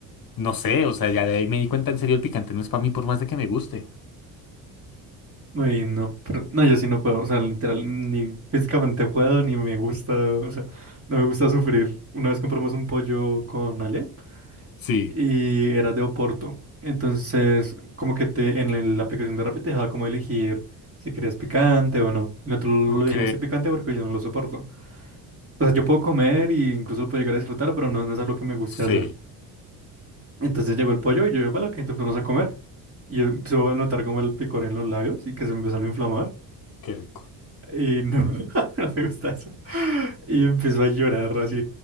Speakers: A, on the left (about 45°); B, on the right (about 30°).
A: no sé, o sea, ya de ahí me di cuenta, en serio, el picante no es para mí por más de que me guste.
B: Uy, no, pero no, yo sí no puedo, o sea, literal, ni físicamente puedo, ni me gusta, o sea, no me gusta sufrir. Una vez compramos un pollo con Ale
A: Sí,
B: y era de Oporto, entonces como que te en el- la aplicación de Rappi te dejaba como elegir si querías picante o no. Y nosotros lo
A: ok,
B: elegimos sin picante porque yo no lo soporto. O sea, yo puedo comer y incluso lo puedo llegar a disfrutar, pero no, no es algo que me guste
A: sí,
B: hacer. Entonces llegó el pollo y yo, vale, ok, entonces vamos a comer. Y yo empecé a notar como el picor en los labios y que se me empezaron a inflamar.
A: qué rico.
B: Y no, <laughs> no me gusta eso. Y empezó a llorar así